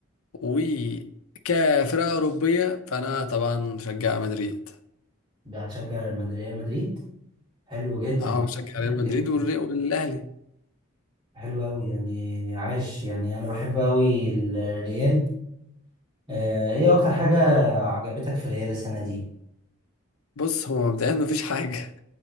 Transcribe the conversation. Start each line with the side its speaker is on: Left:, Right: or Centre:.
Left: وكفرقه اوروبيه فانا طبعا بشجع مدريد
Right: هتشجع المد- ريال مدريد؟ حلو جدا
Left: اه بشجع
Right: جدا
Left: ريال مدريد والري- والاهلي
Right: حلو أوي يعني عاش يعني أنا بحب أوي الريال آه، ايه اكتر حاجة عجبتك في الريال السنة دي
Left: بص هو مبدئيا مفيش حاجه